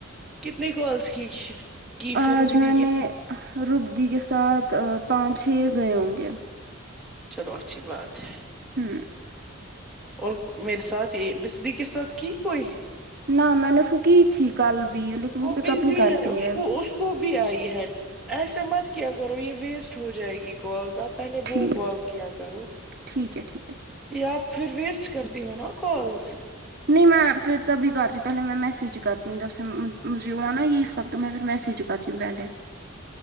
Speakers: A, in the centre; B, on the right.
A: کتنے کالس کی پھر
B: آج
A: بھی
B: میں
A: دی
B: نے روگ دی کے ساتھ پانچ چھ گے ہوں گے
A: چلو اچھی بات ہے
B: ہوں
A: اور میرے ساتھ یہ بستی کے ساتھ کی کوئی
B: نہ میں نے اس کی تھی کل بھی لیکن وہ پک
A: بزی
B: اپ نہیں کرتی
A: اس
B: ہے
A: کو اس کو بھی آئی ہے ایسے مت کیا کرو یہ ویسٹ ہو جائے گی کالس اب پہلے وہ
B: ٹھیک
A: کال کیا کرو
B: ٹھیک ہے ٹھیک ہے
A: آپ پھر ویسٹ کرتی ہو نا کالس
B: نہیں میں پھر تبھی کرتی ہوں پہلے میں میسیج ہی کرتی ہوں جب سے مجھے ہو نا یہ سب تو میں پھر میسج کرتی کیوں پہلے